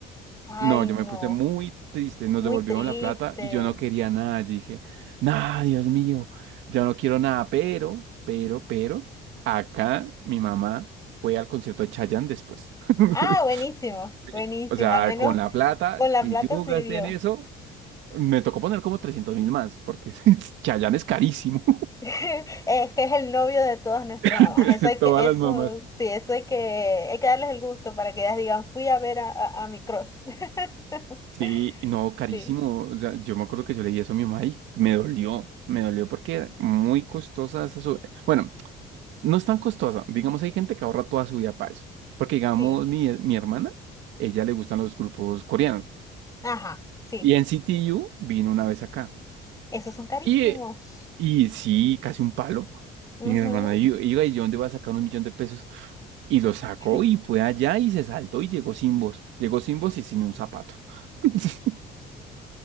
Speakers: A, on the left; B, on the right.
A: ay,
B: no, yo
A: no,
B: me puse muy triste, nos
A: muy
B: devolvieron
A: triste.
B: la plata y yo no quería nada. Yo dije, nada, Dios mío, yo no quiero nada, pero, pero, pero, acá mi mamá fue al concierto de Chayanne después. <laughs>
A: Ah, buenísimo,
B: Sí.
A: buenísimo,
B: O sea,
A: al menos
B: con la plata
A: con la
B: que
A: plata
B: yo
A: sirvió.
B: gasté en eso, me tocó poner como trescientos mil más, porque <laughs> Chayanne es carísimo.
A: <laughs> Es que es el novio de todas nuestras
B: <laughs>
A: mamás. Eso hay
B: Todas
A: que, eso,
B: las mamás.
A: sí, eso hay que, hay que darles el gusto para que ellas digan, fui a ver a, a, a mi crush. <laughs>
B: Sí, no, carísimo.
A: Sí,
B: O sea, yo me acuerdo que yo leí eso a mi mamá y me dolió, me dolió porque muy costosa esa sub- Bueno, No es tan costosa. Digamos, hay gente que ahorra toda su vida para eso. Porque, digamos,
A: sí,
B: mi, mi hermana, ella le gustan los grupos coreanos.
A: ajá, sí.
B: Y en C T U vino una vez acá.
A: Esos son carísimos.
B: Y, eh, y sí, casi un palo.
A: Ujú.
B: Y mi hermana i- iba y yo, ¿dónde va a sacar un millón de pesos? Y lo sacó
A: <laughs>
B: y fue allá y se saltó y llegó sin voz. Llegó sin voz y sin un zapato. <laughs>